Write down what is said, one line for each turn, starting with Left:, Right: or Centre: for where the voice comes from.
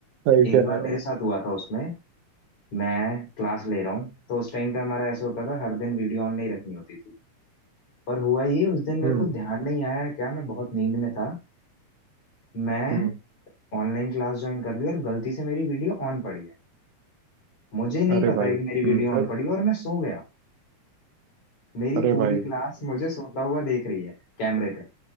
Right: कह
Left: एक
Right: रहे
Left: बार मेरे
Right: हो
Left: साथ हुआ था उसमें मैं क्लास ले रहा हूँ तो उस टाइम पे हमारा ऐसा होता था हर दिन वीडियो ऑन नहीं रखनी होती थी पर हुआ ये उस दिन मेरे
Right: हम्म
Left: को ध्यान नहीं आया क्या मैं बहुत नींद में था मैं
Right: हम्म
Left: ऑनलाइन क्लास ज्वाइन कर ली और गलती से मेरी वीडियो ऑन पड़ी है। मुझे नहीं
Right: अरे
Left: पता
Right: भाई
Left: है कि
Right: हम्म
Left: मेरी वीडियो
Right: फिर
Left: ऑन पड़ी और मैं सो गया मेरी
Right: अरे
Left: पूरी
Right: भाई
Left: क्लास मुझे सोता हुआ देख रही है कैमरे पे